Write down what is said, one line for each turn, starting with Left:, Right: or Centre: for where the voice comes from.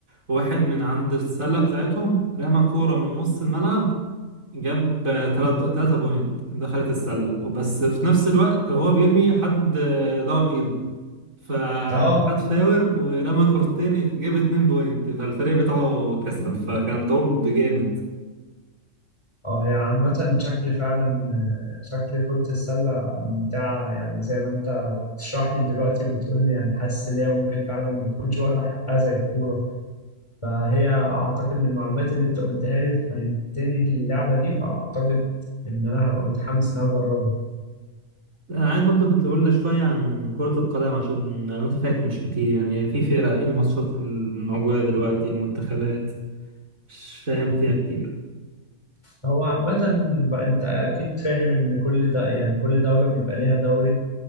Right: واحد من عند السله بتاعتهم رمى كوره من نص الملعب جاب تلات تلاتة بوينت دخلت السله وبس في نفس الوقت وهو بيرمي حد آه، ضرب ايده فخد
Left: آه
Right: فاور ورمى كورتين جاب 2 بوينت فالفريق بتاعه كسب فكان ضرب جامد
Left: اه هي عامة شكل فعلا آه، شكل كرة السلة ممتعة يعني زي ما انت بتشرح لي دلوقتي وبتقول لي انا حاسس ان هي ممكن فعلا ما تكونش واخدة حقها زي الكورة فهي اعتقد من المعلومات اللي انت قلتها لي فهمتني اللعبة دي فاعتقد ان انا هبقى متحمس ان انا اجربها
Right: انا عايز برضه كنت اقول لك شويه عن كره القدم عشان معلوماتي فيها مش كتير يعني في فرق ايه الماتشات الموجوده دلوقتي منتخبات مش فاهم فيها كتير
Left: هو عامة بقى انت اكيد فاهم ان كل ده يعني كل دولة بيبقى ليها دوري